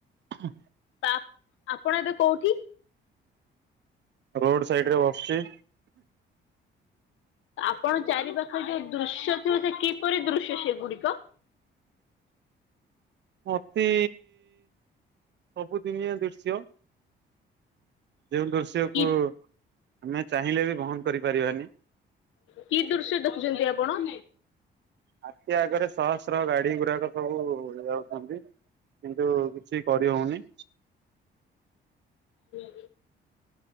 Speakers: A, on the right; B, on the left.
A: ହଁ
B: ଆ ଆପଣ ଏବେ କୋଉଠି?
A: ରୋଡ ସାଇଡରେ ବସଚି।
B: ଆପଣ ଚାରି ପାଖରେ ଯୋଉ ଦୃଶ୍ୟ ଥିବ ସେ କିପରି ଦୃଶ୍ୟ ସେଗୁଡିକ?
A: ଅତି ସବୁଦିନିଆ ଦୃଶ୍ୟ। ଯେଉଁ ଦୃଶ୍ୟକୁ
B: କି
A: ଆମେ ଚାହିଁଲେ ବି ବହନ କରିପାରିବାନି।
B: କି ଦୃଶ୍ୟ ଦେଖୁଚନ୍ତି ଆପଣ?
A: ଆଖି ଆଗରେ ଶହସ୍ର ଗାଡିଗୁଡାକ ସବୁ ଯାଉଛନ୍ତି। କିନ୍ତୁ କିଛି କରିହୋଉନି।
B: ହୁଁ।